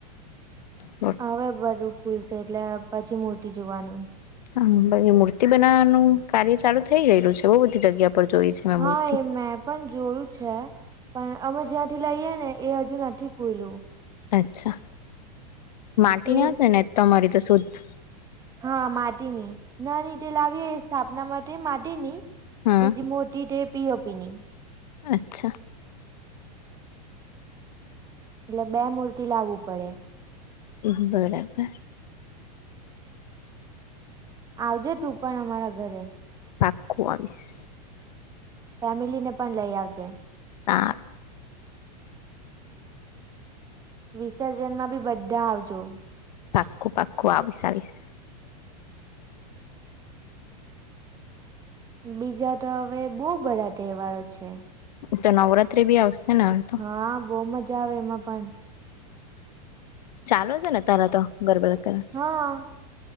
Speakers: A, on the left (about 75°); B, on the right (about 15°).
A: હ
B: હવે બધું ખુલશે એટલે પછી મોટી જોવાનું.
A: હા બાકી મૂર્તિ બનાવાનું કાર્ય ચાલુ થઇ ગયેલું છે બહુ બધી જગ્યા પર જોઈ છે. મેં
B: હા
A: મૂર્તિ
B: એ મેપ પણ જોયું છે પણ અમે જ્યાંથી લઈએ ને એ હજુ નથી ખુય્લુ.
A: અચ્છા માટીની
B: એ
A: આવશે ને તમારી તો શુદ્ધ.
B: હા માટી ની નાની તે લાવીએ સ્થાપના માટે માટીની
A: હા
B: બીજી મોટ ટી તે પીઓપી ની
A: અચ્છા.
B: એટલે બે મૂર્તિ લાવવું પડે.
A: અહમ બરાબર.
B: આવજે તું પણ અમારા ઘરે.
A: પાકું આવીશ.
B: ફેમિલી ને પણ લઈ આવજે.
A: સા
B: વિસર્જનમાં બી બધા આવજો.
A: પાકું પાકું આવીશ આવીશ.
B: બીજા તો હવે બહુ બધા તહેવારો છે.
A: તો નવરાત્રી બી આવશે ને. તો
B: હા બહુ મજા આવે એમાં પણ.
A: ચાલો છે ને અતારા તો ગરબડ ક્લાસ
B: હા